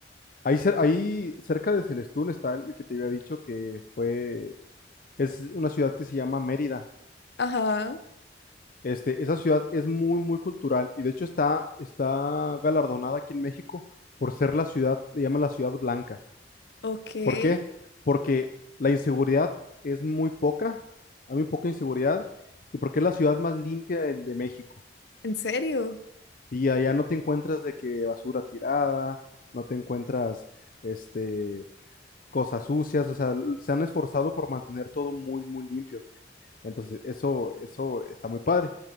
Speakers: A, on the left; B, on the left.
A: ahí, cer- ahí cerca de Celestún está el que te había dicho que fue, es una ciudad que se llama Mérida.
B: ajá,
A: Este, esa ciudad es muy, muy cultural y de hecho está, está galardonada aquí en México por ser la ciudad, le llaman la ciudad blanca.
B: ok.
A: ¿Por qué? Porque la inseguridad es muy poca, hay muy poca inseguridad y porque es la ciudad más limpia de, de México.
B: ¿En serio?
A: Y allá no te encuentras de que basura tirada, no te encuentras este, cosas sucias, o sea, se han esforzado por mantener todo muy, muy limpio. Entonces, eso, eso está muy padre.